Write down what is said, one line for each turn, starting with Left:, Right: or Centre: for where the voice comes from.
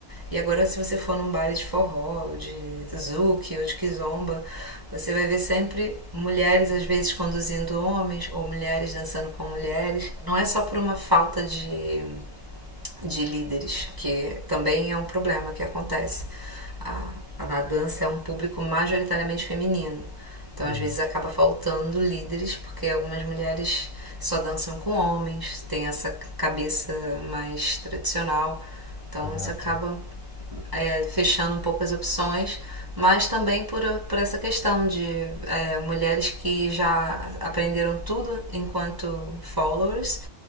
Right: E agora se você for num baile de forró, ou de zouk ou de kizomba, você vai ver sempre mulheres às vezes conduzindo homens ou mulheres dançando com mulheres. Não é só por uma falta de de líderes, que também é um problema que acontece. A, a dança é um público majoritariamente feminino, então
Left: Sim.
Right: às vezes acaba faltando líderes porque algumas mulheres só dançam com homens, tem essa cabeça mais tradicional, então
Left: Ah,
Right: isso acaba
Left: tá.
Right: é, fechando um pouco as opções, mas também por, por essa questão de é, mulheres que já aprenderam tudo enquanto followers